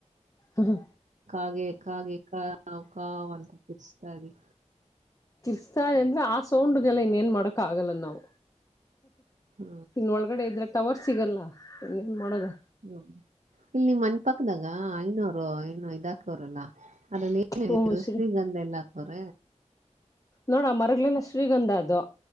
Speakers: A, on the left; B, on the right.
A: ಹ್ಮ.
B: ಕಾಗೆ ಕಾಗೆ ಕಾವ್ ಕಾವ್ ಅಂತ ಕಿರ್ಚ್ತಾ ಇದೇ.
A: ಕಿರ್ಚ್ತಾ ಇದೇ ಅಂದ್ರೆ ಆ ಸೌಂಡ್ಗೆಲ್ಲ ಇನ್ ಏನ್ ಮಾಡಕ್ ಆಗಲ್ಲ ನಾವು.
B: ಹಾ.
A: ಇನ್ನ ಒಳಗಡೆ ಇದ್ರೆ ಟವರ್ ಸಿಗಲ್ಲ ಹಂಗ ಏನ್ ಮಾಡದು
B: ಹ್ಹೂ ಇಲ್ಲಿ ನಿಮ್ಮ್ ಮನೆಪಕ್ಕದಾಗ ಐನೂರು ನ ಇದಾಕವರಲ್ಲಾ ಅದರಲ್ಲಿ
A: ಹ್ಮ್
B: ದು
A: ಶ್ರೀ
B: ಶ್ರೀಗಂಧ ಎಲ್ಲ ಹಾಕ್ತವ್ರ
A: ನೋಡ ಮರಗಳಲೆಲ್ಲ ಶ್ರೀಗಂಧ ಅದು